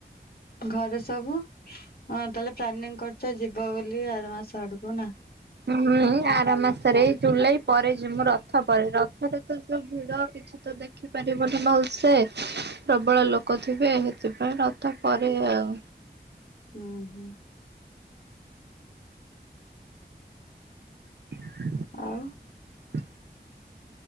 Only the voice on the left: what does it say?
ଘରେ ସବୁ ହ ତାହେଲେ ପ୍ଲାନିଂ କରୁଛ ଯିବ ବୋଲି ଆର ମାସ ଆଡକୁ ନା?
ହୁଁ ହୁଁ।
ଆଉ।